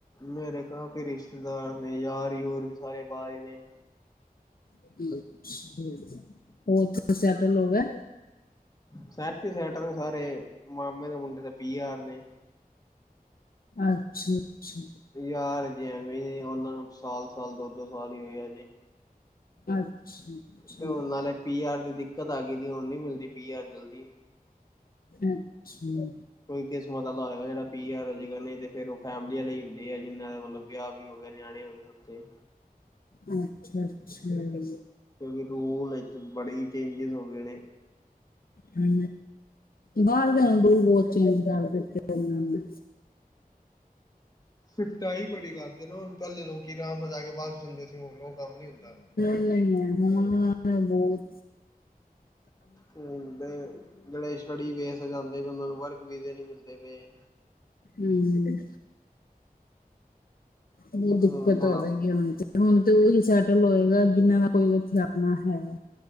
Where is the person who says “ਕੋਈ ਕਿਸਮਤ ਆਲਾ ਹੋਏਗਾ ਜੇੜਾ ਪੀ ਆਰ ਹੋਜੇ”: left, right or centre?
Left